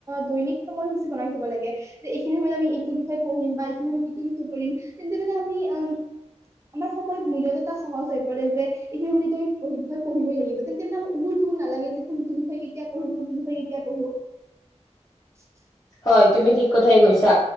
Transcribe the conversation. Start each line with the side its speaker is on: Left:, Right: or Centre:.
Right: দৈনিক সময়সূচী বনাই থ'ব লাগে। যে এইখিনি সময়ত আমি ইটোৰ বিষয়ে পঢ়িম, বা এইখিনি সময়ত ইটো বিষয়ে পঢ়িম। তেন্তে মানে আমি
Left: <inaudible>
Right: আম, আমাৰ সময়ত মীৰদতা সহজ হৈ পৰে যে, এইখিনি সময়ত তই পঢ়িবই লাগিব। তেন্তে মানে <unintelligible> টো নালাগে যে কোনটো বিষয় কেতিয়া পঢ়ো, কোনটো বিষয়ে কেতিয়া পঢ়ো?
Left: <inaudible>
Right: <inaudible>
Left: হয় তুমি ঠিক কথাই কৈছা।